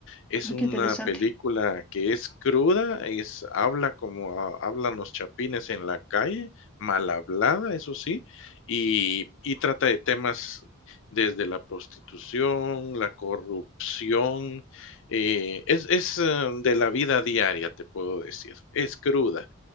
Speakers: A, on the left; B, in the centre.
A: Es
B: Ah,
A: una
B: Qué interesante.
A: película que es cruda, es habla como ha- hablan los chapines en la calle, mal hablada, eso sí, y, y trata de temas desde la prostitución, la corrupción, eh, es, es eh, de la vida diaria, te puedo decir, es cruda